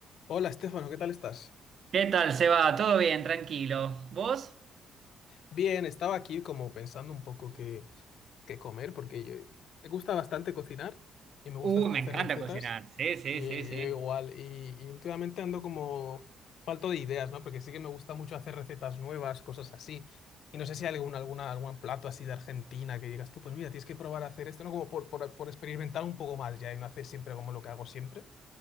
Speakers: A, on the left; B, on the right.
A: Hola, Estefano, ¿qué tal estás?
B: ¿Qué tal, Seba? ¿Todo bien? Tranquilo. ¿Vos?
A: Bien, estaba aquí como pensando un poco qué, qué comer, porque yo- me gusta bastante cocinar y me gusta
B: Uh,
A: hasta
B: me
A: hacer
B: encanta
A: recetas,
B: cocinar. Sí, sí,
A: y eh,
B: sí, sí.
A: yo igual, y, y últimamente ando como falto de ideas, ¿no? Porque sí que me gusta mucho hacer recetas nuevas, cosas así, y no sé si hay algún, alguna, algún plato así de Argentina que digas tú, pues mira, tienes que probar a hacer esto, ¿no? Como por, por, por experimentar un poco más ya y no hacer siempre como lo que hago siempre.